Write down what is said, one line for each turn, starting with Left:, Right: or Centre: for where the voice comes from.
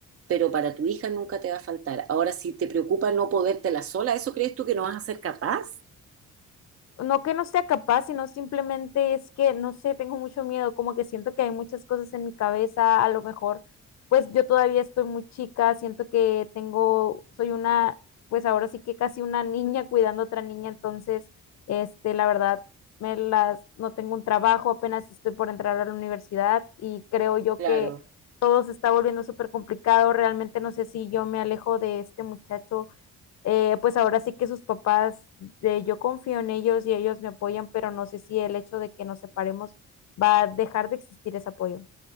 Right: pero para tu hija nunca te va a faltar. Ahora, si te preocupa no podértela sola, ¿eso crees tú que no vas a ser capaz?
Left: no que no sea capaz, sino simplemente es que, no sé, tengo mucho miedo, como que siento que hay muchas cosas en mi cabeza, a lo mejor, pues yo todavía estoy muy chica, siento que tengo, soy una, pues ahora sí que casi una niña cuidando a otra niña, entonces, este, la verdad, me las, no tengo un trabajo, apenas estoy por entrar a la universidad y creo yo
Right: Claro.
Left: que todo se está volviendo súper complicado, realmente no sé si yo me alejo de este muchacho eh, pues ahora sí que sus papás, de, yo confío en ellos y ellos me apoyan, pero no sé si el hecho de que nos separemos va a dejar de existir ese apoyo.